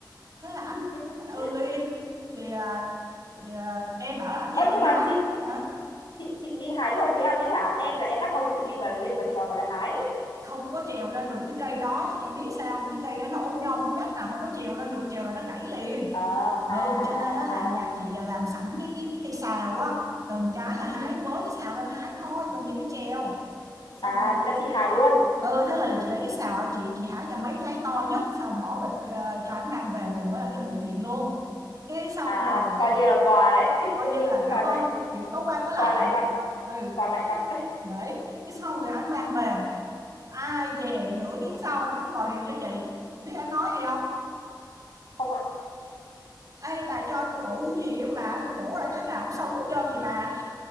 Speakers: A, on the right (about 50°); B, on the left (about 80°).
A: thế là
B: <laughs>
A: ảnh ảnh ừ liền thì, à, thì à, em bảo là ảnh
B: Ơ
A: trèo lên
B: nhưng mà
A: hái
B: chị
A: Hả?
B: chị chị đi hái cho ông ấy ăn đấy hả? Em là em bắt ông ấy tự đi bà lên bà trèo bà lại hái.
A: không có trèo lên được cái cây đó chị em biết sao không? cái cây đó nó ốm nhom ốm nhất là không có trèo lên được trèo là nó gãy liền
B: À
A: ừ
B: à
A: cho
B: à
A: nên đó
B: à
A: là nhà
B: à.
A: chị là làm sẵn cái cái cái cây sào á cần cái là
B: Ừ.
A: hái với cái sào lên hái thôi cần gì phải trèo xong
B: À
A: rồi
B: thế là chị hài luôn.
A: ừ thế là, là chị lấy cái sào chị chị hái cho mấy trái to nhất xong bỏ bịch ờ, cho anh mang về cùng với lại cái bộ truyện luôn cái xong
B: À
A: rồi
B: coi như là quà đấy. <laughs>
A: coi như là cảm
B: Quà
A: ơn
B: lại
A: kiểu có qua có lại
B: quà lại mặt,
A: ừ
B: quà lại mặt. <laughs>
A: đấy cái sau rồi anh mang về ai về nửa tiếng sau anh gọi điện cho chị biết anh nói gì không
B: Không ạ.
A: ê bà cho tôi ổ cái gì á mà tôi bổ ra trái nào cũng xấu hết trơn gì bà